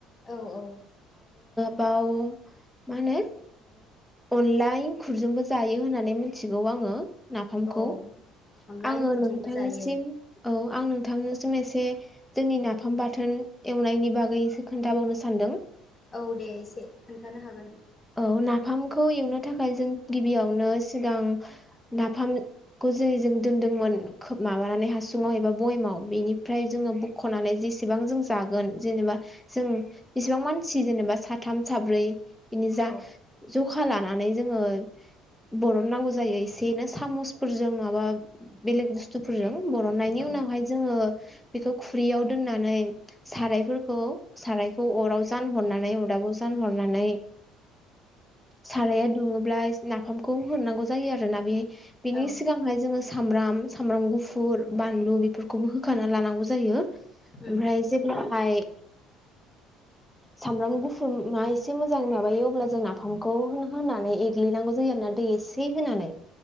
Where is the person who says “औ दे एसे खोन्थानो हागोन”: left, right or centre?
Left